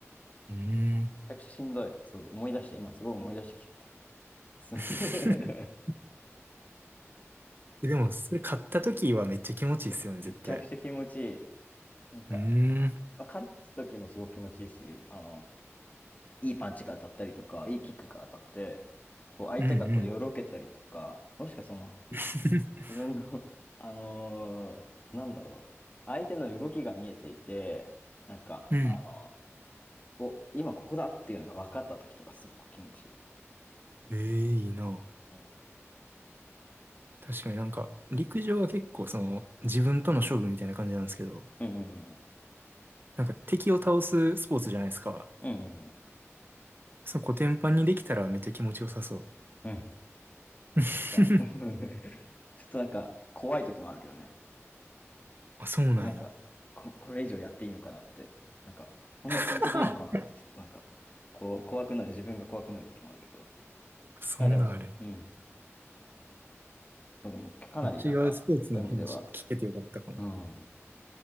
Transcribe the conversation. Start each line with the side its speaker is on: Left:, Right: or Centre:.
Right: うーん。
Left: めちゃくちゃしんどい。そう、思い出して、今すごい思い出してきちゃった。す <laughs>
Right: <laughs> でも、それ買った時はめっちゃ気持ちいいっすよね、
Left: めちゃくちゃ気持ちいい。
Right: 絶対。
Left: なんか、
Right: うーん。
Left: まあ勝つ時もすごく気持ちいいし、あの、いいパンチが当たったりとか、いいキックが当たって、こう相手がこうよろけたりとか、
Right: うんうん。
Left: もしくはその
Right: <laughs>
Left: 自分の <laughs> あのーなんだろう、相手の動きが見えていて、なんか、
Right: うん。
Left: あの、お、今ここだっていうのが分かった時とかすごく気持ちいい。
Right: ええいいな。
Left: うん
Right: 確かになんか、陸上は結構その、自分との勝負みたいな感じなんですけど、
Left: うんうん
Right: なんか敵を倒すスポーツじゃないですか。
Left: うんうんうんうん
Right: そのコテンパンにできたらめっちゃ気持ちよさそ
Left: うんうんめちゃくちゃ。
Right: う。<laughs>
Left: <laughs> ちょっとなんか怖い時もあるけどね。
Right: あ、そうなんや。
Left: なんか、こ、これ以上やっていいのかなって、なんか、こんな続けていいのかなって、
Right: <laughs>
Left: ちょっとなんか、こう、怖くなる、自分が怖くなる時もあるけど。
Right: そんなんあれ。
Left: まあでも、うん。まあでも、かなりなんか、
Right: 違うスポーツの話聞けてよかったかな。
Left: そういう意味では、うん